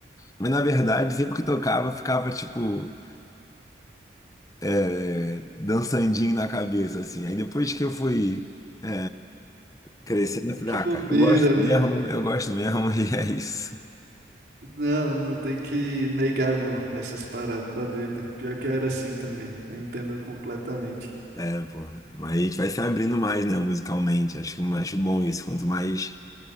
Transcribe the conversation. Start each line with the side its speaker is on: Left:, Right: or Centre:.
Left: mas na verdade, sempre que tocava, ficava tipo é, dançandinho na cabeça, assim. Aí depois que eu fui é, crescendo, eu falei,
Right: Que
Left: ah,
Right: bobeira,
Left: cara, eu gosto
Right: né?
Left: mesmo, eu gosto mesmo, <laughs> e é isso.
Right: Não, não tem que negar, não. Essas paradas, tá doido. Pior que eu era assim também. Eu entendo completamente.
Left: É, pô. Mas a gente vai se abrindo mais, né, musicalmente. Acho, acho bom isso. Quanto mais